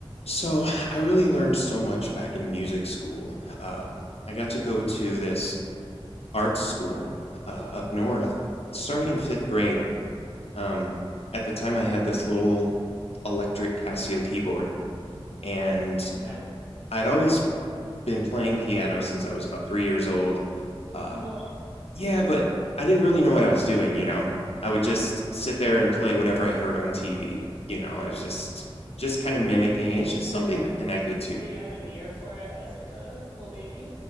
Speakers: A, on the left (about 85°); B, on the left (about 60°).
A: So I really learned so much back in music school. Um, I got to go to this art school uh, up north starting in fifth grade. Um, at the time, I had this little electric Casio keyboard, and
B: Okay.
A: I'd always been playing piano since I was about three years old. Uh,
B: Well,
A: yeah, but I didn't really know what I was doing, you know? I would just sit there and play whatever I heard on TV. You know, I was just just kind of mimicking. It's just something that connected to
B: but you had an ear for it as like a little baby.